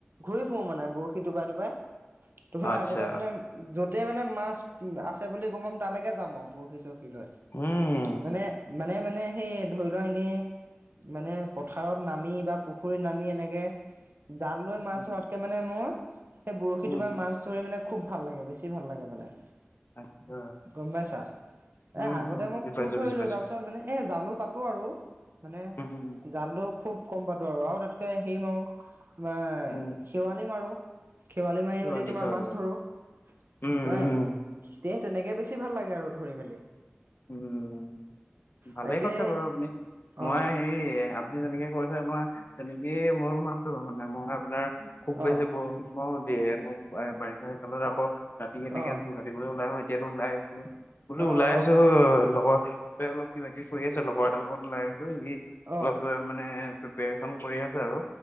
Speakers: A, on the right; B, on the left.
A: ঘূৰি ফুৰো মানে বৰশী টোপাই টোপাই তোমাৰ
B: আচ্ছা
A: আগতে মানে যতেই মানে মাছ আছে বুলি গম পাম তালৈকে যাম আও বৰশী চৰশী লৈ
B: উম
A: মানে মানে মানে সেই ধৰি লোৱা এনেই মানে পথাৰত নামি বা পুখুৰীত নামি এনেকে জাল লৈ মাছ
B: উম
A: ধৱাত এনেকে মানে মই সেই বৰশী
B: উম
A: টোপাই মাছ ধৰি মানে খুব ভাল লাগে বেছি ভাল লাগে মানে
B: আচ্ছা
A: গম পাইছা
B: উম
A: এ আগতে
B: উম উম
A: মই
B: বুজি
A: খুব
B: পাইছো
A: ধৰিলো
B: বুজি পাইছো
A: তাৰ পিছত মানে এ জালো পাতো আৰু মানে
B: উম, উম,
A: জালটো খুব কম পাতো আৰু আৰু তাতকে হেৰি মাৰো তোমাৰ
B: উম,
A: খেৱালি মাৰো খেৱালি মাৰি
B: ছোৱালী
A: মেলি তোমাৰ
B: ছোৱালী
A: মাছ
B: অ',
A: ধৰো
B: উম,
A: তেৱাই
B: উম,
A: তে তেনেকে বেছি ভাল লাগে আৰু ধৰি মেলি
B: উম ভালেই
A: তাকে
B: কৈছে বাৰু আপুনি মই
A: অ
B: হেই আ আপুনি যেনেকে কৈছে মই তেনেকেই ময়ো মাছ ধৰো মানে মই আপোনাৰ খুব বেছি
A: অ
B: বৰশীটো মই দে মো অ বাৰিষা কালত আকৌ ৰাতি এনেকে
A: অ
B: জো কাটিবলৈ ওলাই আহো এতিয়াতো ওলাই আহিছিলো বোলো
A: অ
B: ওলাই আহিছো
A: অ অ অ
B: লগৰ এ অলপ কিবা কিবি কৰি আছে লগৰ এটাৰ লগত ওলাই আহিছো সি
A: অ
B: অলপ মানে প্ৰিপেচন কৰি আছে আৰু